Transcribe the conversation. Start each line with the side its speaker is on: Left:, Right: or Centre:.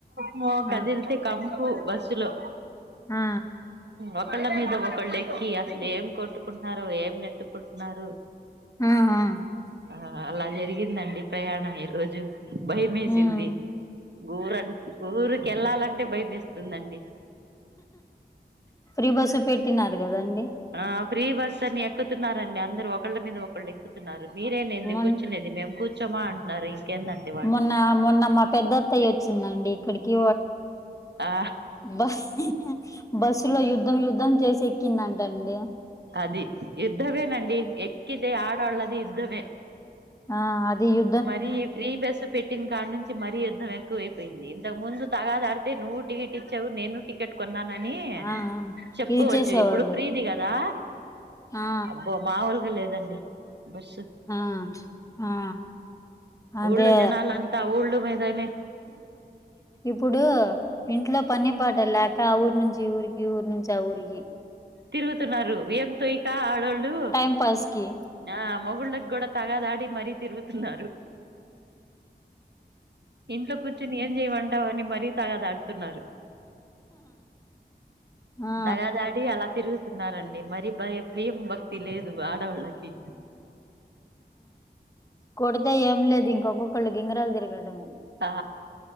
Right: మో కదిల్తే
Left: ఆ
Right: కంపు బస్సులో
Left: ఆ
Right: ఒకళ్ళ మీద ఒకళ్ళు ఎక్కి అసలు ఎం కొట్టుకుంటున్నారు ఏం నెట్టుకుంటున్నారు
Left: <unintelligible>
Right: ఆ అల జరిగిందండి ప్రయాణం ఈ రోజు భయమేసింది
Left: హ్మ్
Right: ఊరం ఊరికెళ్ళాలం అంటే భయమేస్తుంది అండి
Left: <unintelligible> తిన్నారు గదండి
Right: ఆ ఫ్రీ బస్ అని ఎక్కుతున్నారండి అందరు ఒకళ్ళ మీద ఒకళ్ళ క్కుతున్నారు మీరేనేంది
Left: మొన్
Right: కూర్చునేది మేం కూర్చోమా అంటున్నారు ఇంకేందంటే వాళ్ళు
Left: మొన్న మొన్న మా పెద్దత్తయ్య వచ్చిందండి ఇక్కడికి
Right: ఆ
Left: బస్ బస్సులో యుద్ధం యుద్ధం చేసి ఎక్కిందంట అండి
Right: అది యుద్ధమేనండి ఎక్కితే ఆడోళ్ళది యుద్ధమే
Left: ఆ అది యు
Right: మరి ఈ ఫ్రీ బస్ పె టిన్ కాడ్ నుంచి మరీ యుద్ధం ఎక్కువైపోయింది ఇంతకు ముందు తగాదాడితే నువ్వు టికెట్ ఇచ్చావు నేను టికేట్ కొన్నానని
Left: ఆ
Right: చెప్పుకోవచ్చు
Left: ఇది చేసేవాళ్ళు
Right: ఇప్పుడు ఫ్రీది కదా
Left: ఆ
Right: అబ్బో మావలుగా లేదండి బస్సు
Left: ఆ ఆ అదే
Right: ఊళ్ళో జనాల అంతా ఊళ్ళు మీదై
Left: ఇప్పుడు ఇంట్లో పని పాట లే క ఆ ఊరు నుంచి ఈ ఊరికి ఈ ఊరు నుంచి ఆ ఊరికి
Right: తిరుగుతున్నారు ఏం తొయకా ఆడోళ్ళు
Left: టైం పాస్ కి
Right: ఆ మొగుళ్ళకి కూడా తగదాడి మరీ తిరుగుతున్నారు ఇంట్లో కూర్చుని ఏం జేయమంటావ్ అని మరీ తగాద ఆడుతున్నారు
Left: ఆ ఆ
Right: తగాదా ఆడి అలా తిరుగుతున్నారండి మరి భయ్ భయం భక్ తి లేదు ఆడోళ్ళకి
Left: కొడితే ఏం లేదు ఇంకొక్కొక్కళ్ళు గింగ్రాలు తిరగడం
Right: ఆ